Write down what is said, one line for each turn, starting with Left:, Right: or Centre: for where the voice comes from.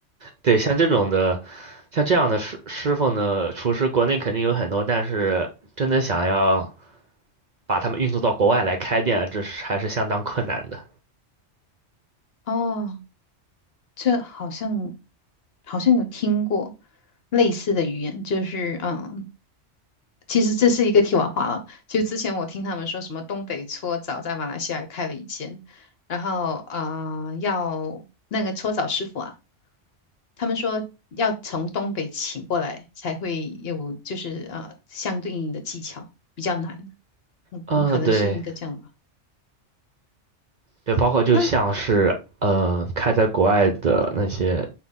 Right: 对，像这种的，像这样的师师傅呢，厨师国内肯定有很多，但是真的想要把他们运作到国外来开店，这是还是相当困难的。
Left: 哦，这好像好像有听过类似的语言，就是嗯，其实这是一个题外话了。就之前我听他们说什么东北搓澡在马来西亚也开了一间，然后啊、呃要那个搓澡师傅啊，他们说要从东北请过来才会有，就是呃相对应的技巧比较难。嗯，
Right: 嗯，
Left: 你可能是应该这样吧。
Right: 对对，包括就像是呃开在国外的那些
Left: 那